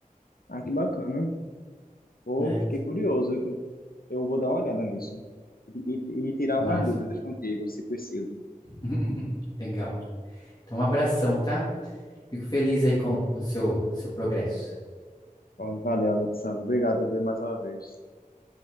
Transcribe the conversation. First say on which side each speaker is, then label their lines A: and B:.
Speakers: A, on the left (about 85°); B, on the left (about 30°).
A: Ah, que bacana. Vou,
B: né?
A: fiquei curioso. Eu vou dar uma olhada nisso e, e- e tirar
B: Que
A: umas
B: massa.
A: dúvidas contigo, se preciso.
B: <laughs> Legal. Então, um abração, tá? Fico feliz aí com o seu seu progresso.
A: Bom, valeu, Alexandre. Obrigado, viu, mais uma vez.